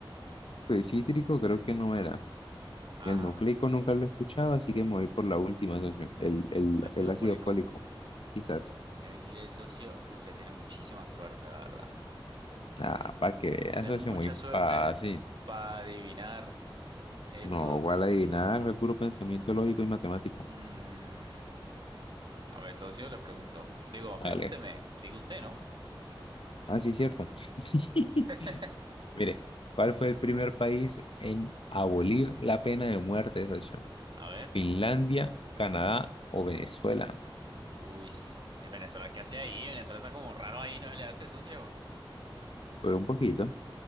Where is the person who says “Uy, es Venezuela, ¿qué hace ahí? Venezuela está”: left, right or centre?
Right